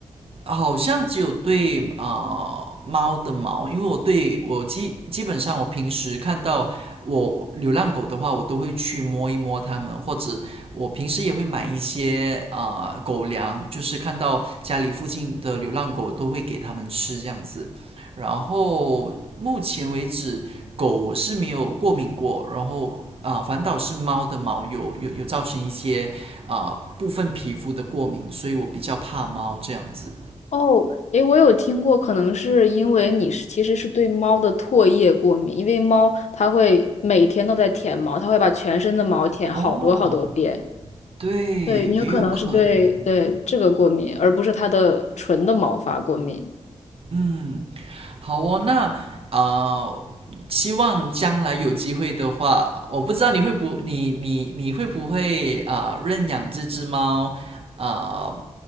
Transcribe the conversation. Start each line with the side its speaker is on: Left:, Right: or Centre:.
Right: 好像只有对啊、呃猫的毛，因为我对我基基本上我平时看到我流浪狗的话，我都会去摸一摸它们，或者呃我平时也会买一些啊、呃狗粮，就是看到家里附近的流浪狗都会给它们吃这样子。然后目前为止，狗我是没有过敏过，然后啊、呃反倒是猫的毛有有有造成一些啊、呃部分皮肤的过敏，所以我比较怕猫这样子。
Left: 哦，诶，我有听过，可能是因为你是其实是对猫的唾液过敏，因为猫它会每天都在舔毛，它会把全身的毛舔好多好多遍。
Right: 哦，对，
Left: 对，你有可能是对对这个过敏，
Right: 也有可能。
Left: 而不是它的纯的毛发过敏。
Right: 嗯，好哦，那啊，希望将来有机会的话，我不知道你会不，你你你会不会啊、呃认养这只猫啊、呃